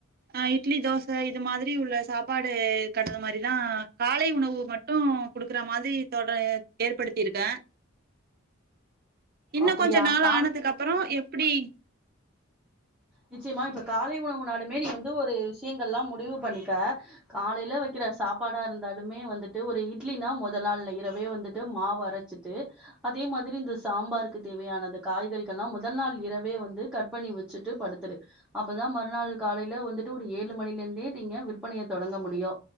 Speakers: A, on the right; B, in the centre.
A: அ இட்லி தோச இது மாதிரி உள்ள சாப்பாடு <unintelligible> மாரிதா காலை உணவு மட்டு குடுக்குற மாதிரி தொட ஏற்படுத்திருக்கே இன்னொ
B: அப்படியா?
A: கொஞ்ச நாள்
B: கால்
A: ஆனதுக்கு அப்ற எப்டி
B: நிச்சயமா இப்ப காலை உணவு நாளுமே நீ வந்து ஒரு விஷயங்கள்லா முடிவு பண்ணிக்க காலைல வைக்ற சாப்பாடா இருந்தாலுமே வந்துட்டு ஒரு இட்லினா மொதல் நாள்ல இரவே வந்துட்டு மாவு அரச்சிட்டு அதே மாதிரி இந்த சாம்பாருக்கு தேவையான அந்த காய்கறிகள்லா மொதல் நாள் இரவே வந்து கட் பண்ணி வச்சுட்டு படு துரு அப்பதா மறுநாள் காலைல வந்துட்டு ஒரு ஏழு மணில இருந்தே நீங்க விற்பனைய தொடங்க முடியு